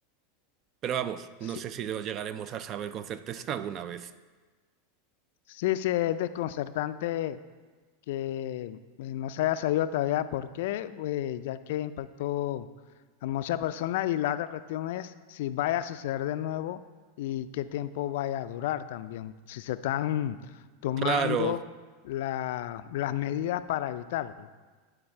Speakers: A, on the right; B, on the left.
A: Pero vamos, no
B: Sí,
A: sé si lo llegaremos a saber con certeza <laughs> alguna vez.
B: Sí, sí, es desconcertante que eh, no se haya sabido todavía por qué, pues, ya que impactó a muchas personas. Y la otra cuestión es si vaya a suceder de nuevo y qué tiempo vaya a durar también, si se están tomando
A: Claro,
B: la- las medidas para evitarlo.